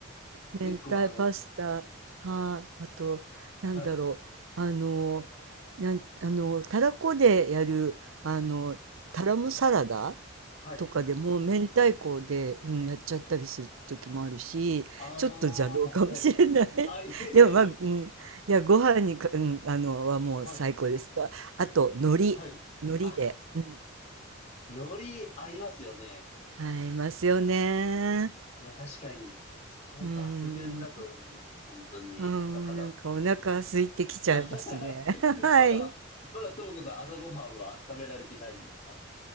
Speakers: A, on the right; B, on the left.
A: 明太パスタ。
B: 結構あの、
A: はい、あと、なんだろう。
B: はい、
A: あの、なん、あの、たらこでやる、あの、タラムサラダ
B: はい。
A: とかでも、明太子で、うん、やっちゃったりする時もあるし、
B: ああ、
A: ちょっと邪道かもしれない。
B: はい。あ、いえいえいえ。
A: <laughs> でも、まあ、うん、いや、ご飯にか、うん、あの、はもう最高です。
B: はい、
A: ああと、海苔、
B: はい。
A: 海苔で、
B: あ、
A: うん、
B: 海苔合いますよね。
A: 合いますよね。
B: いや、確かに、そう抜群だと思います。
A: うーん。
B: 本当に。
A: うん、
B: だから、
A: なんかお腹空いてきちゃいますね。
B: あはは <laughs>
A: <laughs> はい。
B: まだ、まだともこさん朝ごはんは食べられてないんですか